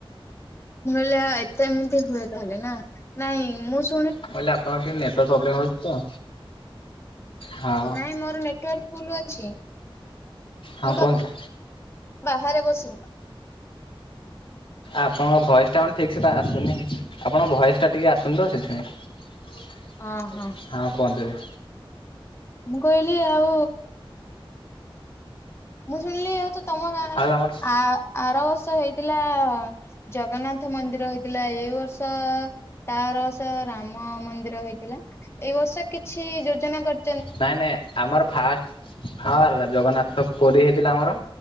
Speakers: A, on the left; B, on the left.
A: ମୁଁ କିହିଲି ଏତେ ଏମିତି ହୁଏ ତାହେଲେ ନା। ନାଇଁ ମୁଁ ଶୁ
B: ମୁଁ କହିଲି ଆପଣଙ୍କର ଟିକେ ନେଟୱାର୍କ ପ୍ରୋବ୍ଲେମ ହେଉଚି ତ। ହଁ
A: ନାଇଁ ମୋର ନେଟୱାର୍କ ଫୁଲ ଅଛି।
B: ହଁ
A: ମୁଁ ତ
B: କୁହନ୍ତୁ।
A: ବାହାରେ ବସିନ।
B: ଆପଣଙ୍କ ଭଏସ ଟାଉ ଠିକ୍ ସେ ତା ଆସୁନି। ଆପଣଙ୍କ ଭଏସ୍ ଟା ଟିକେ ଆସୁନି ତ ସେଥିପାଇଁ।
A: ଓ ହୋ।
B: ହଁ କୁହନ୍ତୁ ଏବେ?
A: ମୁଁ କହିଲି ଆଉ ମୁଁ ଶୁଣିଲି ଆଉ ତ ତମ ଗାଁରେ
B: ଆଉ ଆମର
A: ତ ଆ ଆର ବର୍ଷ ହେଇଥିଲା। ଜଗନ୍ନାଥ ମନ୍ଦିର ହେଇଥିଲାଏଇ ବର୍ଷ। ତା ଆରବର୍ଷ ରାମ ମନ୍ଦିର ହେଇଥିଲା। ଏଇ ବର୍ଷ କିଛି ଯୋଜନା କରି
B: ନାଇଁ ନାଇଁ ଆମର ଫାଷ୍ଟ ହଁ ଜଗନ୍ନାଥ ପୁରୀ ହେଇଥିଲା ଆମର।